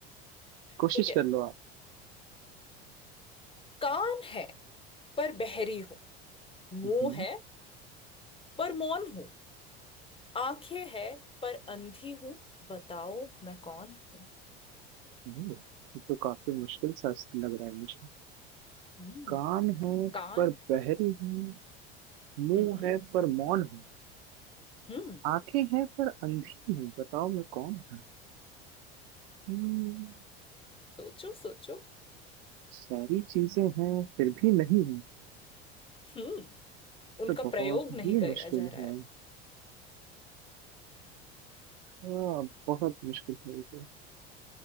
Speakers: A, on the right; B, on the left.
A: कोशिश
B: ठीक है
A: कर लो आप
B: कान है पर बहरी हूं मुंह
A: हम्म
B: है पर मौन हूं आंखें है पर अंधी हूं बताओ मैं कौन हूँ
A: हम्म, ये तो काफी मुश्किल सा लग रहा है मुझे
B: हम्म
A: कान है
B: कान
A: पर बहरी हूँ मुंह
B: हम्म
A: है पर मौन हूँ
B: हम्म
A: आंखें हैं पर अंधी हूँ बताओ मैं कौन हूँ हम्म,
B: सोचो सोचो
A: सारी चीजें हैं फिर भी नहीं हूँ
B: हम्म उनका
A: तो बहुत
B: प्रयोग नहीं
A: ही
B: किया
A: मुश्किल
B: जा रहा
A: है
B: है
A: हाँ, बहुत मुश्किल है ये।